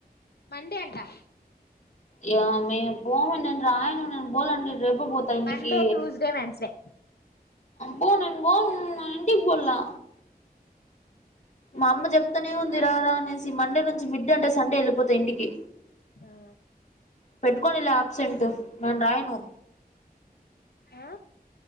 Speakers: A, on the left; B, on the left.
A: మండే అంటా
B: యామే పోవ నేను రాయను నేన్ బోలండి రేపే పోతా ఇంటికి
A: మండే ట్యూస్డే వెన్స్డే
B: బో నేన్ బోను నా ఇంటికి బొల్లా
A: నాకేం
B: మా అమ్మ చెప్తానే ఉంది
A: ఆ
B: రారా అనేసి మండే నుంచి మిడ్ అంటే సండే ఎళ్ళిపోతా ఇంటికి
A: ఆ
B: పెట్టుకోనిలా ఆబ్సెంట్ మన రాయను
A: ఆ